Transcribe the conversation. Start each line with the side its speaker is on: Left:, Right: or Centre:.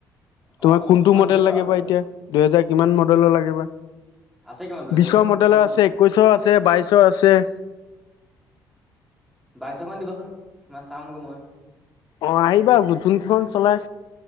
Centre: অ
Left: তোমাৰ
Centre: কম
Left: কোনটো
Centre: কমাই
Left: মডেল
Centre: ধৰিবা
Left: লাগিবা
Centre: আৰু
Left: এতিয়া দুহেজাৰ কিমান মডেলৰ লাগে বা
Centre: আছে কিমান দুহেজাৰ
Left: বিশৰ
Centre: কিমান মান
Left: মডেল
Centre: কিমান
Left: লয় আছে একৈশৰ আছে বাইশৰ আছে।
Centre: বাইছ খন দিবাচোন তোমাৰ চামগৈ মই
Left: অ আহিবা যোনখন চলাই